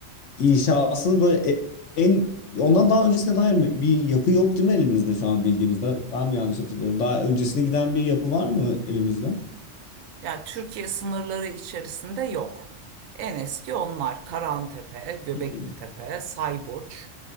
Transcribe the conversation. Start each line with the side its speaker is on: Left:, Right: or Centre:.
Left: inşasını böyle e- en ondan daha öncesine dair mi bir yapı yok değil mi elimizde şu an bilgimizde? Ben mi yanlış hatırlıyorum? Daha öncesine giden bir yapı var mı elimizde? <laughs>
Right: Yani Türkiye sınırları içerisinde yok. En eski onlar Karahantepe, Göbeklitepe,
Left: Hı hı.
Right: Sayburç,